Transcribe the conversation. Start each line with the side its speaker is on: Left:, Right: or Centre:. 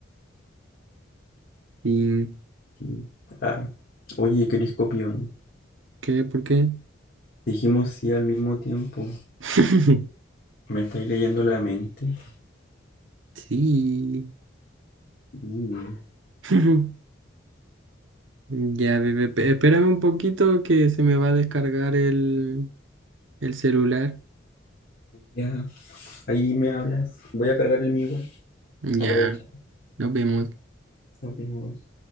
Right: ¿Y
Left: Sí. Ah, oye, Cris Copión,
Right: qué? ¿Por qué?
Left: dijimos sí al mismo tiempo.
Right: <laughs>
Left: Me estáis leyendo la mente.
Right: Sí.
Left: Y,
Right: <laughs> Ya, bebé, pe- espérame un poquito que se me va a descargar el, el celular.
Left: ya, ahí me hablas. Voy a cargar el mío igual.
Right: Ya,
Left: Aprovecha.
Right: nos vemos.
Left: Nos vemos.